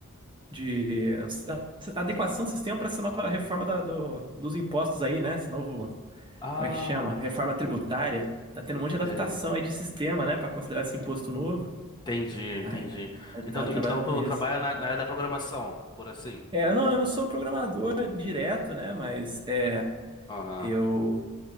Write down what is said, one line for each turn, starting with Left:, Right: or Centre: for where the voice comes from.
Right: de adequação do sistema para essa nova reforma da- do, dos impostos aí, né? Esse novo, como
Left: Ah,
Right: é que chama? Reforma tributária. Tá tendo um monte de adaptação
Left: sei.
Right: aí de sistema, né, para considerar esse imposto novo.
Left: entendi, entendi.
Right: Aí, aí
Left: Então,
Right: tá
Left: tu-
Right: trabalhando
Left: então tu
Right: com isso.
Left: trabalha na, na área da programação, por assim.
Right: É, não, eu não sou programador direto, né, mas é,
Left: Aham.
Right: eu